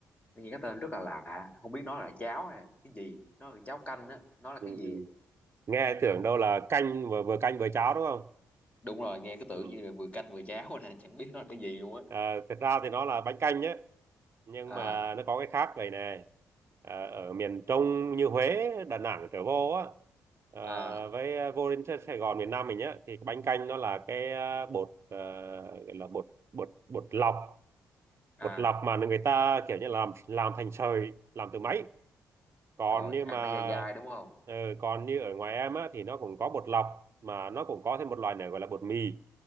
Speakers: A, on the left; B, on the right.
A: anh nghe cái tên rất là lạ, không biết nó là cháo hay là cái gì, nó là cháo canh á, nó là
B: ừ,
A: cái gì?
B: ừ. Nghe tưởng đâu là canh vừa, vừa canh vừa cháo đúng không?
A: Đúng rồi, nghe cái tưởng
B: Ừ.
A: như là vừa canh vừa cháo nè, chẳng biết nó là cái gì luôn á.
B: Ờ, thật ra thì nó là bánh canh nhé nhưng
A: À,
B: mà nó có cái khác vậy này Ờ, ở miền Trung như Huế Đà Nẵng trở vô á ờ,
A: à,
B: với à, vô đến Sài Sài Gòn miền Nam mình nhá thì cái bánh canh nó là cái ờ, bột ờ, gọi là bột bột bột lọc
A: à,
B: bột lọc mà người ta kiểu như làm làm thành sợi làm từ máy còn
A: rồi,
B: như
A: ăn
B: mà
A: nó dai dai đúng không?
B: ờ, còn như ở ngoài em á thì nó cũng có bột lọc mà nó cũng có thêm một loại này gọi là bột mì